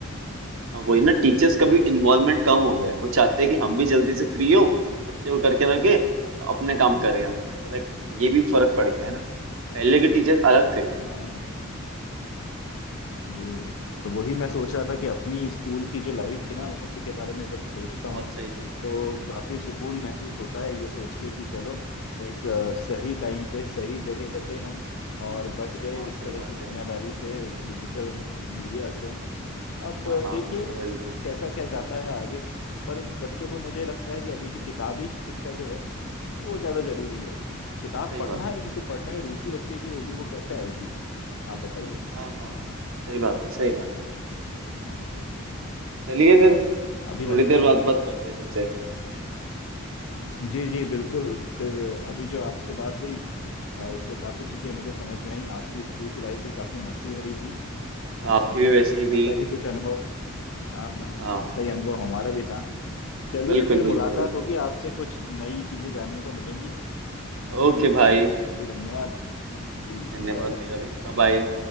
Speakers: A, on the right (about 65°); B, on the left (about 65°).
A: हाँ, वही ना टीचर्स का भी इन्वॉल्वमेंट कम हो गया है वो चाहते हैं कि हम भी जल्दी से फ्री हो बच्चे को करके रखे अपने काम करें हम तो लाइक ये भी फर्क पड़ गया है ना पहले के टीचर्स अलग थे
B: हाँ जी तो वही मैं सोच रहा था कि अपनी स्कूल की जो लाइफ थी ना उसी के बारे में जब सोचता
A: वो बहुत
B: हूँ
A: सही थे
B: तो काफी सुकून महसूस होता है ये सोच के कि चलो एक अ, सही टाइम पे सही जगह थे हम और बच गए
A: हाँ
B: इस
A: सही
B: तरह
A: बात
B: की दुनियादारी
A: है
B: से डिजिटल मीडिया से अब
A: हाँ
B: अ,
A: हाँ
B: देखिए
A: बिल्कुल
B: कैसा क्या जाता है आगे पर बच्चों को मुझे लगता है कि अभी भी किताबी शिक्षा जो है वो ज्यादा जरूरी है एक किताब
A: सही
B: पढ़ना
A: बात है
B: एक जो पढ़ने में रुचि बच्चे की होगी वो कैसे आएगी आप बताइए
A: हाँ हाँ सही बात है सही बात है चलिए फिर
B: अभी
A: थोड़ी
B: लगता
A: देर
B: है
A: बाद बात करते हैं फिर से
B: जी जी बिल्कुल फिर अभी जो आपसे बात हुई अ, उससे काफी चीजें मुझे समझ में आई आपकी स्कूल की लाइफ भी काफी मस्ती भरी थी और
A: आपकी भी
B: <laughs>
A: वैसी ही हुई
B: ऐसा ही कुछ अनुभव हाँ हाँ
A: हाँ
B: ऐसा ही अनुभव हमारा भी था चलिए
A: बिल्कुल
B: फिर
A: बिल्कुल
B: मुलाकात होगी आपसे कुछ नई चीजें जानने को मिलेंगी फिर
A: ओके
B: मिलते
A: भाई
B: हैं अभी धन्यवाद जी
A: धन्यवाद
B: Bye bye
A: मेरा भी Bye bye